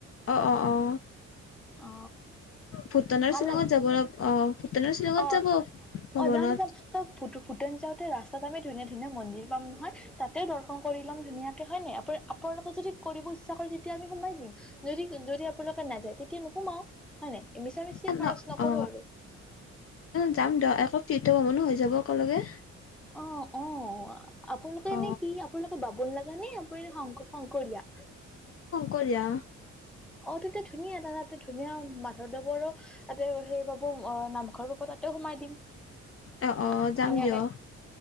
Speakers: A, on the left (about 50°); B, in the centre.
A: অ অ অ
B: অ
A: ভূটানৰ
B: ভাল
A: শ্বিলঙত
B: লাগে
A: যাব অহ ভূটানৰ শ্বিলঙত
B: অ
A: যাব ভৱনত
B: অ যাম যাম ত ভূ ভূটান যাওঁতে ৰাস্তাত আমি ধুনীয়া ধুনীয়া মন্দিৰ পাম নহয় তাতেও দৰ্শন ল'ম ধুনীয়াকে হয় নাই আ আপোনালোকে যদি কৰিব ইচ্ছা কৰে তেতিয়া আমি সোমাই দিম যদি যদি আপোনালোকে নাযায় তেতি য়া নোসোমাও হয় নাই মিছা মিছি
A: এ
B: খৰচ
A: ন
B: নকৰো
A: অ
B: আৰু
A: যাম দ এক ফ্ৰীতে হব ন যাব একেলগে
B: অ অ আপোনালোকে
A: অ
B: এনে কি আপোনালোকৰ বামোন লগা নে পৰি শংক শংকৰীয়া
A: কৰিয়া
B: অ তেতিয়া ধুনীয়া দা তাতে ধুনীয়া মাধৱদৱৰো তাতে সেই পাম অ নামঘৰ বাব তাতে সোমাই দিম ধুনীয়াকে
A: অ অ যাম দিয়ক